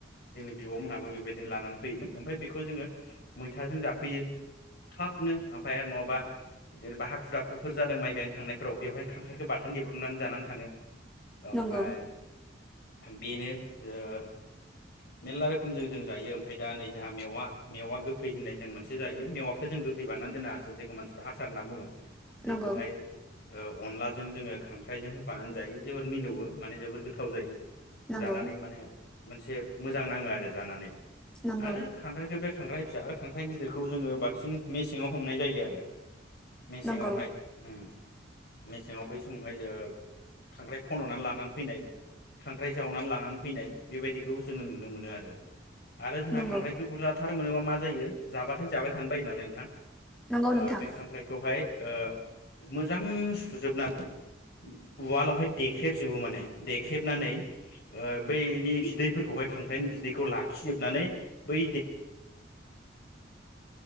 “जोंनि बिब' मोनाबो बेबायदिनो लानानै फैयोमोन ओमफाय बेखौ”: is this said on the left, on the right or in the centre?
Left